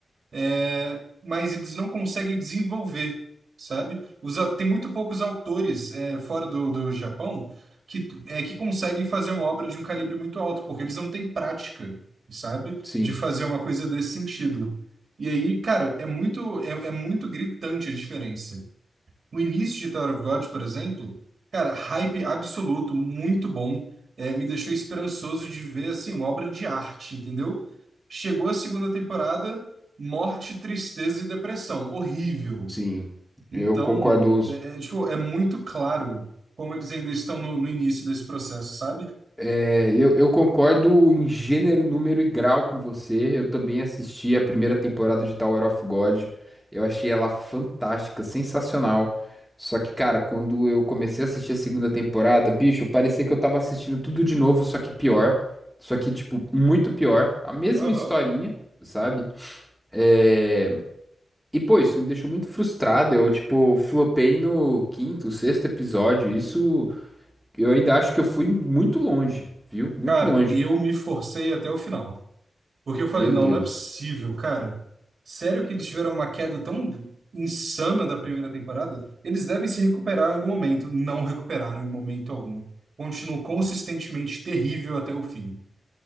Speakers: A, on the right (about 60°); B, in the centre.
A: é, mas eles não conseguem desenvolver, sabe? Os au- tem muito poucos autores é, fora do, do Japão que, é, que conseguem fazer uma obra de um calibre muito alto, porque eles não têm prática, sabe?
B: Sim,
A: De fazer uma coisa desse sentido. E aí, cara, é muito, é, é muito gritante a diferença. O início de Tower of God, por exemplo, cara, hype absoluto, muito bom. É, me deixou esperançoso de ver, assim, uma obra de arte, entendeu? Chegou a segunda temporada, morte, tristeza e depressão. Horrível.
B: sim.
A: Então,
B: Eu concordo
A: é, é, tipo, é muito claro como eles ainda estão no, no início desse processo, sabe?
B: É, eu, eu concordo em gênero, número e grau com você. Eu também assisti a primeira temporada de Tower of God. Eu achei ela fantástica, sensacional. Só que, cara, quando eu comecei a assistir a segunda temporada, bicho, parecia que eu tava assistindo tudo de novo, só que pior. Só que, tipo, muito pior. A mesma
A: Aham.
B: historinha, sabe? É, E, pô, isso me deixou muito frustrado. Eu, tipo, flopei no quinto, sexto episódio. Isso eu ainda acho que eu fui muito longe, viu? Muito
A: Cara,
B: longe.
A: eu me forcei até o final. Porque eu falei,
B: Meu
A: não,
B: Deus.
A: não é possível, cara. Sério que eles tiveram uma queda tão insana da primeira temporada? Eles devem se recuperar em algum momento. Não recuperaram em momento algum. Continuou consistentemente terrível até o fim.